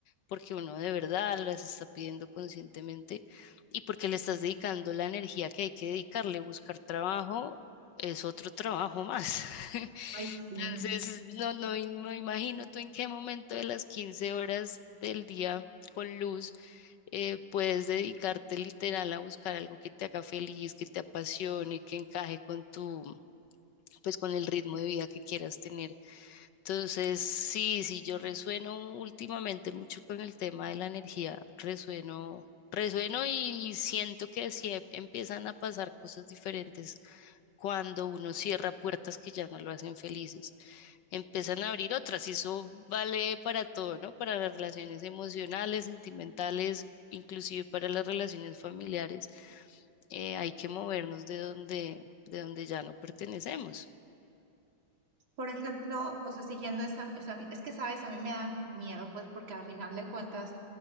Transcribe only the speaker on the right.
Ay, sí.
Por ejemplo, o sea, siguiendo esa, esa- es que sabes, a mí me da miedo, pues porque al final de cuentas